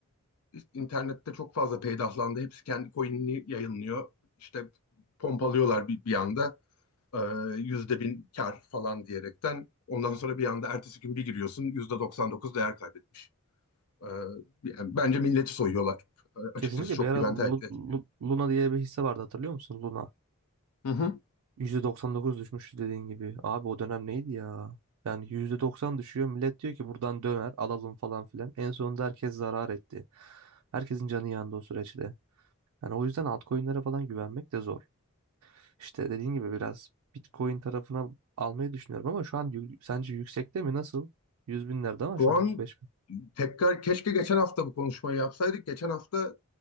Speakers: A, on the left (about 80°); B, on the right (about 80°).
A: internette çok fazla peydahlandı. Hepsi kendi coin'ini yayınlıyor. İşte pompalıyorlar bir, bir anda e, yüzde bin kar falan diyerekten. Ondan sonra bir anda ertesi gün bir giriyorsun yüzde 99 değer kaybetmiş. E, yani bence milleti soyuyorlar. E,
B: kesinlikle
A: açıkçası çok
B: bir ara
A: güven
B: Lu-
A: teşkil etmiyor.
B: Lu- Luna diye bir hisse vardı hatırlıyor musun? Luna.
A: Hı hı.
B: %99 düşmüş dediğin gibi. Abi o dönem neydi ya? Yani %90 düşüyor. Millet diyor ki buradan döner alalım falan filan. En sonunda herkes zarar etti. Herkesin canı yandı o süreçte. Yani o yüzden altcoin'lere falan güvenmek de zor. İşte dediğin gibi biraz Bitcoin tarafına almayı düşünüyorum ama şu an yü- sence yüksekte mi? Nasıl? Yüz binlerde ama
A: Şu
B: şu
A: an
B: an 105
A: Tekrar keşke geçen hafta bu konuşmayı yapsaydık. Geçen hafta